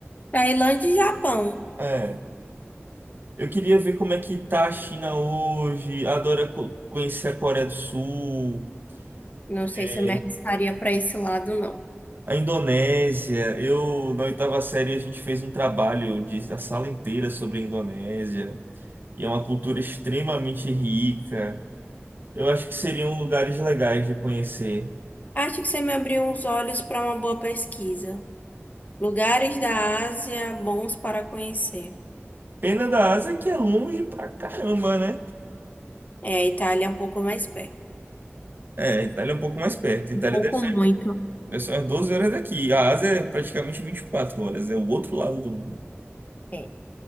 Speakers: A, on the left (about 35°); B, on the right (about 45°).
A: Tailândia e Japão.
B: É. Eu queria ver como é que tá a China hoje. Adoro co- conhecer a Coreia do Sul,
A: Não sei
B: é,
A: se eu me arriscaria para esse lado, não.
B: a Indonésia. Eu, na oitava série, a gente fez um trabalho de, da sala inteira sobre a Indonésia. E é uma cultura extremamente rica. Eu acho que seriam lugares legais de conhecer.
A: Acho que você me abriu os olhos para uma boa pesquisa. Lugares da Ásia bons para conhecer.
B: Pena da Ásia é que é longe pra caramba, né?
A: É, a Itália é um pouco mais perto.
B: É, a Itália é um pouco mais perto. A
A: Um
B: Itália
A: Pouco
B: deve ser,
A: muito.
B: deve ser umas 12 horas daqui. A Ásia é praticamente 24 horas. É o outro lado do mundo.
A: É.